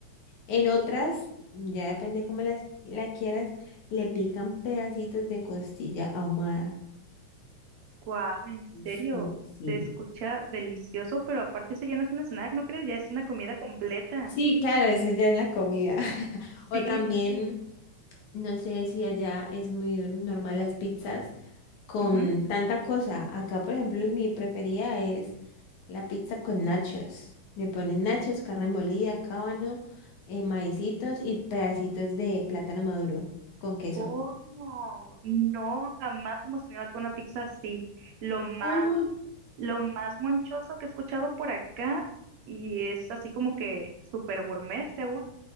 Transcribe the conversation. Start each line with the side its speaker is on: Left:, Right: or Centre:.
Left: En otras, ya depende cómo las, qui- la quieras, le pican pedacitos de costilla ahumada.
Right: Guau, en serio,
Left: Sí, sí,
Right: se escucha delicioso, pero aparte eso ya no es un snack, ¿no crees? Ya es una comida completa.
Left: Sí, claro, esa ya es la comida. <laughs>
Right: Sí,
Left: O también
Right: sí, sí.
Left: No sé si allá es muy normal las pizzas con
Right: Ujú.
Left: tanta cosa. Acá, por ejemplo, mi preferida es la pizza con nachos. Le ponen nachos, carne molida, cábano, eh, maicitos y pedacitos de plátano maduro con queso.
Right: ¿Cómo? No, jamás hemos tenido acá una pizza así. Lo más,
Left: No,
Right: lo más monchoso que he escuchado por acá, y es así como que super gourmet, según,